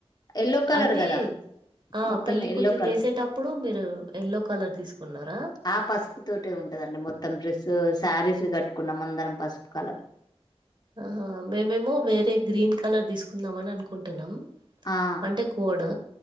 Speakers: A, on the left (about 40°); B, on the right (about 50°).
A: యల్లో కలర్
B: అండి
A: కదా
B: ఆ
A: మొత్తం
B: పెళ్లి కూతుర్ని
A: ఎల్లో కలర్
B: చేసేటప్పుడు మీరు యెల్లో కలర్ తీసుకున్నారా?
A: ఆ పసుపు తోటే ఉంటదండి మొత్తం డ్రెస్సు శారీస్ కట్టుకున్నాం అందరం పసుపు కలర్
B: ఆహా మేమేమో వేరే గ్రీన్ కలర్ తీసుకుందాంమని అనుకుంటున్నాం.
A: ఆ
B: అంటే కోడ్